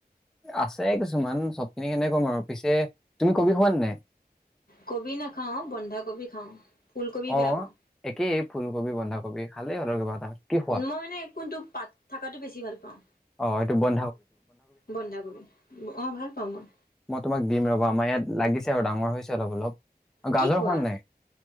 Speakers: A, in the centre; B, on the left.
A: আছে কিছুমান চবখিনি কেনেকে কম আৰু পিছে তুমি কবি খোৱ নে নাই?
B: কবি নাখাওঁ, বন্ধাকবি খাওঁ। ফুলকবি
A: অ',
B: বেয়া পাওঁ
A: একেই ফুলকবি, বন্ধাকবি খালেই হ'ল আৰু কিবা এটা। কি খোৱা
B: মই মানে কোনটো পাত থাকাটো বেছি ভাল পাওঁ।
A: অ', এইটো বত
B: বন্ধাকবি অ' ভাল পাওঁ মই।
A: মই তোমাক দিম ৰবা, আমাৰ ইয়াত লাগিছে আৰু ডাঙৰ হৈছে অলপ, অলপ গাজৰ
B: কি কোৱা
A: সোৱাদ নে নাই?